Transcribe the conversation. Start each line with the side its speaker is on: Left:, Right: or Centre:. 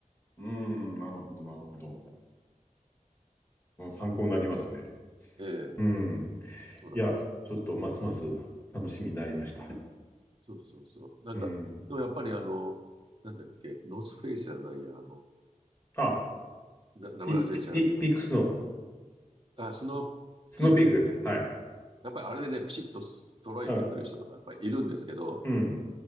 Left: うん。なるほど、なるほど。まあ、参考になりますね。
Right: ね。ええ、
Left: うん。
Right: そうなんですよ。
Left: いや、ちょっとますます楽しみになりました。
Right: そうそうそう。なんか、
Left: うん。
Right: でもやっぱりあの、なんだっけ、ノースフェイスじゃないや、あの、
Left: あ、
Right: な、名前忘れちゃうけど、
Left: ピ、ピ、ピ、ピックスの
Right: あ、スノーピークだっけ。
Left: スノーピーク。はい。
Right: やっぱりあれでね、ピシッと揃えてくる人とかやっぱりいるんですけど、
Left: あ、うん、